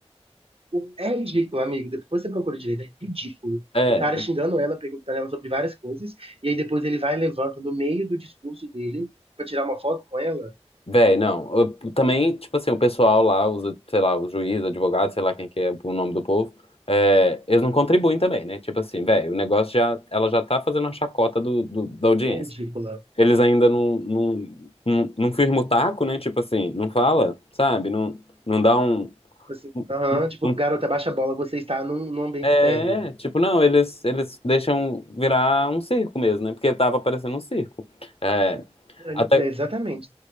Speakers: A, on the right (about 60°); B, on the left (about 60°).
A: o- É ridículo, amigo. Depois você procura direito, é ridículo.
B: É,
A: O cara xingando ela, perguntando ela sobre várias coisas, e aí depois ele vai e levanta no meio do discurso dele pra tirar uma foto com ela.
B: Véi, não. Eu- também, tipo assim, o pessoal lá, os, sei lá, os juízes, advogados, sei lá quem que é o nome do povo, é, eles não contribuem também, né? Tipo assim, véi, o negócio já, ela já tá fazendo a chacota do, do- da audiência.
A: É ridícula.
B: Eles ainda não, não, não, não firma o taco, né? Tipo assim, não fala, sabe? Não, não dá um,
A: Assim, aham,
B: um-
A: tipo,
B: um-
A: garota, baixa a bola, você está num, num ambiente
B: É,
A: sério.
B: tipo, não, eles, eles deixam virar um circo mesmo, né? Porque tava parecendo um circo. É,
A: É,
B: até,
A: é, exatamente.